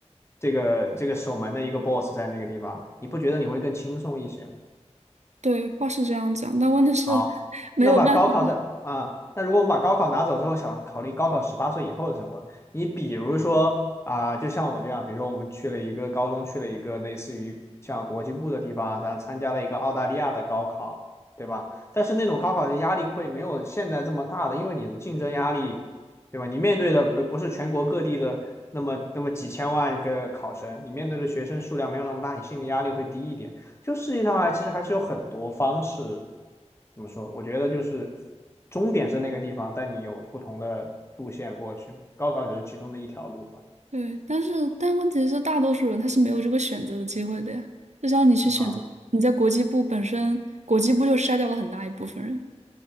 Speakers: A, on the left; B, on the right.
A: 这个这个守门的一个 boss 在那个地方，你不觉得你会更轻松一些？吗？
B: 对，话是这样讲，但问题是
A: 好，
B: <laughs> 没有办法。
A: 那把高考在啊，那如果我们把高考拿走之后，想考虑高考十八岁以后的生活，你比如说啊，就像我这样，比如说我们去了一个高中，去了一个类似于像国际部的地方啊，咱参加了一个澳大利亚的高考，对吧？但是那种高考的压力会没有现在这么大的，因为你的竞争压力，对吧？你面对的不不是全国各地的那么那么几千万个考生，你面对的学生数量没有那么大，你心理压力会低一点。就世界上啊，其实还是有很多方式。怎么说？我觉得就是终点是那个地方，但你有不同的路线过去嘛。高考只是其中的一条路吧。
B: 对，但是但问题是，大多数人他是没有这个选择的机会的呀。就像你去选择，
A: 啊
B: 你在国际部本身，国际部就筛掉了很大一部分人。